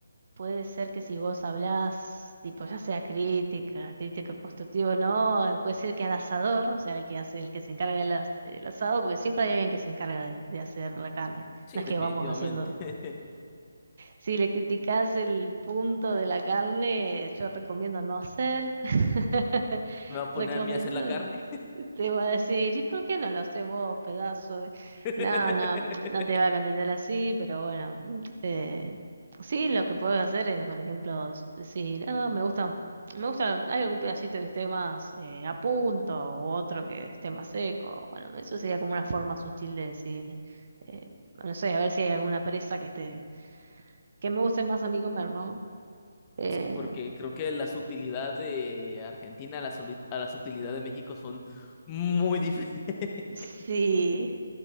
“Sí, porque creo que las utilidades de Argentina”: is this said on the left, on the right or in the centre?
Left